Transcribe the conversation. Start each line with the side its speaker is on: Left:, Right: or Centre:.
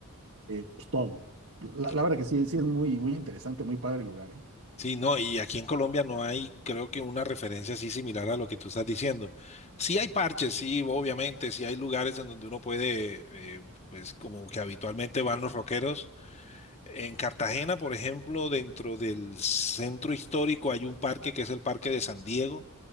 Right: eh, pues todo. La,
Left: ok.
Right: la verdad que sí, sí es muy, muy interesante, muy padre el lugar, ¿eh?
Left: Sí, no, y aquí en Colombia no hay, creo que una referencia así similar a lo que tú estás diciendo. Sí hay parches, sí, obviamente, sí hay lugares en donde uno puede, eh, pues como que habitualmente van los rockeros En Cartagena, por ejemplo, dentro del centro histórico hay un parque que es el Parque de San Diego.